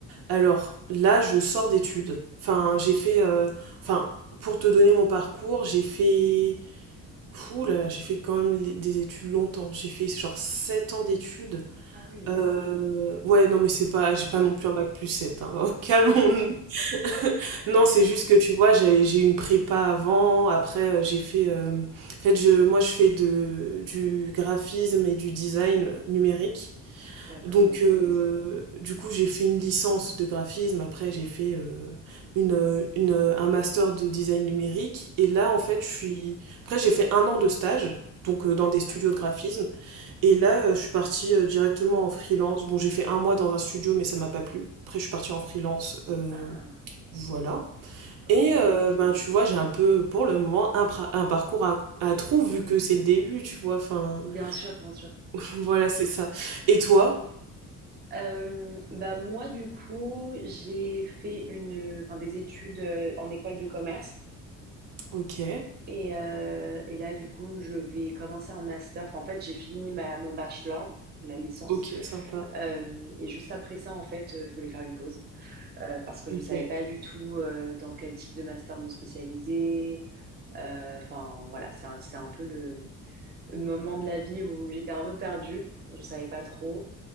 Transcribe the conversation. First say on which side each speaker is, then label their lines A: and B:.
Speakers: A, on the right (about 80°); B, on the right (about 30°).
A: alors là, je sors d'études. Enfin, j'ai fait, euh, enfin, pour te donner mon parcours, j'ai fait, fou là là, j'ai fait quand même les- des études longtemps. J'ai fait genre 7 ans d'études.
B: Ah oui,
A: Euh,
B: d'accord.
A: ouais, non, mais c'est pas, j'ai
B: <laughs>
A: pas non plus un bac plus sept. hein. <laughs> Calmons-nous. <laughs> Non, c'est juste que tu vois, j'ai j'ai eu une prépa avant. Après, euh, j'ai fait. euh, en fait, je, moi, je fais de, du graphisme et du design numérique.
B: D'accord,
A: Donc,
B: c'est
A: euh,
B: intéressant.
A: du coup, j'ai fait une licence de graphisme. Après, j'ai fait euh, une, euh, une, euh, un master de design numérique. Et là, en fait, je suis. Après, j'ai fait un an de stage, donc euh, dans des studios
B: Ah,
A: de graphisme. Et là, euh, je suis partie euh, directement en freelance. Bon, j'ai fait un mois dans un studio, mais ça m'a pas plu. Après, je suis partie en freelance. euh,
B: ah.
A: voilà.
B: Ok,
A: Et euh, ben, tu vois, j'ai un peu, pour le moment, un, pra- un parcours à, à trous, vu que c'est le début, tu vois. Enfin,
B: bien sûr, bien sûr.
A: <laughs> voilà, c'est ça. Et toi?
B: Euh, bah moi du coup j'ai fait une, enfin des études euh, en école de commerce
A: Ok,
B: et, euh, et là du coup je vais commencer un master. Enfin, en fait j'ai fini ma, mon bachelor donc la licence
A: ok, sympa.
B: Euh, et juste après ça en fait euh, je voulais faire une pause euh, parce que
A: OK,
B: je savais pas du tout euh, dans quel type de master me spécialiser. Euh, Enfin voilà c'est un, c'est un peu le le moment de la vie où j'étais un peu perdue, je savais pas trop.